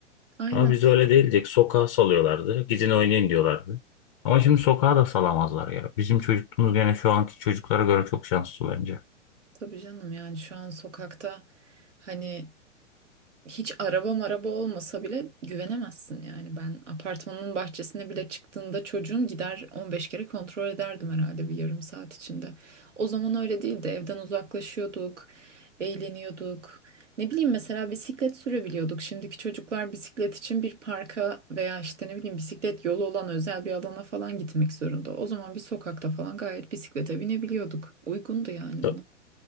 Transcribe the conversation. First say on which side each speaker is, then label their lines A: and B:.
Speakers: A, on the right (about 70°); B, on the left (about 30°).
A: Aynen
B: Ama biz öyle değildik. Sokağa salıyorlardı. Gidin oynayın diyorlardı. Ama şimdi sokağa da salamazlar ya. Bizim çocukluğumuz gene şu anki çocuklara göre çok şanslı bence.
A: tabii canım yani şu an sokakta hani... Hiç araba maraba olmasa bile güvenemezsin yani. Ben apartmanın bahçesine bile çıktığında çocuğum gider 15 kere kontrol ederdim herhalde bir yarım saat içinde. O zaman öyle değildi. Evden uzaklaşıyorduk, eğleniyorduk. Ne bileyim mesela bisiklet sürebiliyorduk. Şimdiki çocuklar bisiklet için bir parka veya işte ne bileyim bisiklet yolu olan özel bir alana falan gitmek zorunda. O zaman bir sokakta falan gayet bisiklete binebiliyorduk. Uygundu yani
B: Ta-
A: buna.